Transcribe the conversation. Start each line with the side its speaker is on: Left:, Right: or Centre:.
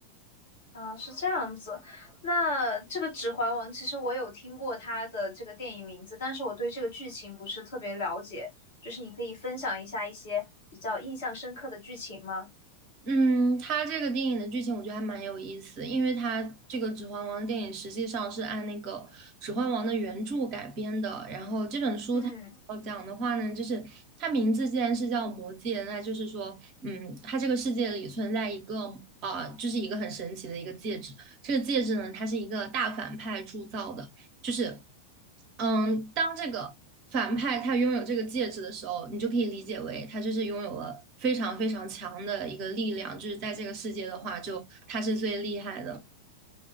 Left: 啊？是这样子。那这个《指环王》其实我有听过它的这个电影名字，但是我对这个剧情不是特别了解。就是你可以分享一下一些比较印象深刻的剧情吗？
Right: 嗯，它这个电影的剧情我觉得还蛮有意思，因为它这个《指环王》电影实际上是按那个《指环王》的原著改编的。然后这本书它要讲的话呢，
Left: 嗯
Right: 就是它名字既然是叫《魔戒》，那就是说，嗯，它这个世界里存在一个啊、呃就是一个很神奇的一个戒指。这个戒指呢，它是一个大反派铸造的。就是，嗯，当这个反派他拥有这个戒指的时候，你就可以理解为他就是拥有了非常非常强的一个力量，就是在这个世界的话，就他是最厉害的。